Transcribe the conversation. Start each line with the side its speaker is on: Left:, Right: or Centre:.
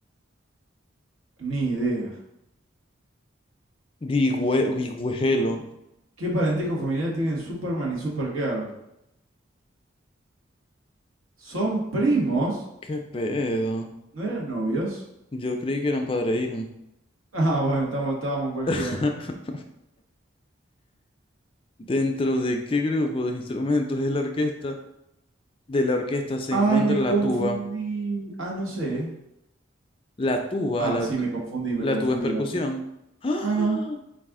Right: Ni idea.
Left: Guigüe- Guigüelo.
Right: Hijo. ¿Qué parentesco familiar tienen Superman y Supergirl? ¿Son primos?
Left: ¿Qué pedo?
Right: ¿No eran novios? <laughs>
Left: Yo creí que eran padre e hija.
Right: Ah, bueno, estamos, estábamos en cualquiera.
Left: <laughs> ¿Dentro de qué grupo de instrumentos es la orquesta? De la orquesta se
Right: Ay,
Left: encuentra
Right: me
Left: la
Right: confundí.
Left: tuba.
Right: Ah, no sé.
Left: La tuba,
Right: Ah,
Left: la,
Right: sí, me confundí, me
Left: la
Right: confundí
Left: tuba es percusión.
Right: la puta.
Left: ¡Ah!
Right: Ah, no.